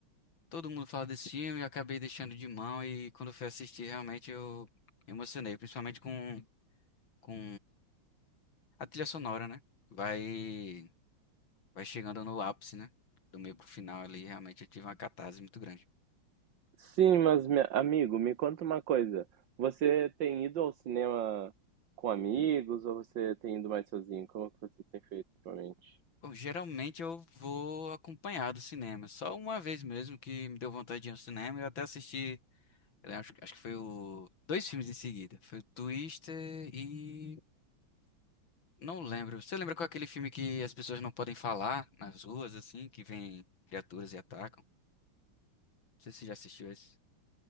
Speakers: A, on the left (about 65°); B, on the right (about 60°).
A: Todo mundo fala desse filme, eu acabei deixando de mão e quando eu fui assistir, realmente eu me emocionei, principalmente com, com a trilha sonora, né? Vai, vai chegando no ápice, né? Do meio pro final ali, realmente eu tive uma catarse muito grande.
B: Sim, mas me- amigo, me conta uma coisa. Você tem ido ao cinema com amigos ou você tem ido mais sozinho? Como que você tem feito ultimamente?
A: Bom, geralmente eu vou acompanhado do cinema. Só uma vez mesmo que me deu vontade de ir ao cinema. Eu até assisti Eu acho, acho que foi o. Dois filmes em seguida. Foi o Twister e. Não lembro. Você lembra qual é aquele filme que as pessoas não podem falar nas ruas, assim, que vem criaturas e atacam? Não sei se você já assistiu esse.